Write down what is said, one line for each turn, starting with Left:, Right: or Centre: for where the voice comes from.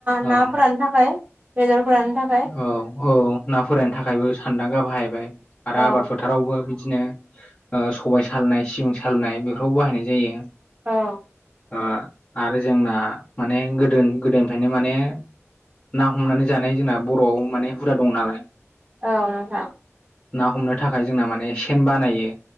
Right: नाफोरानो
Left: औ
Right: थाखाय बेदरफोरानो
Left: <inaudible>
Right: थाखाय
Left: औ औ ना फरायनो थाखायबो सानदां गा बाहायबाय आरो
Right: औ
Left: आबाद फोथारावबो बिदिनो ओ सबायाइ सालनाय सिबिं सालनाय बेफोरावबो बाहायनाय जायो।
Right: औ
Left: ओ आरो जोंना माने गोदो गोदोनिफ्रायनो माने ना हमनानै जानाय जोंना बर'आव माने हुदा दं नालाय
Right: औ नोंथां
Left: ना हमनो थाखाय जोंना माने सेन बानायो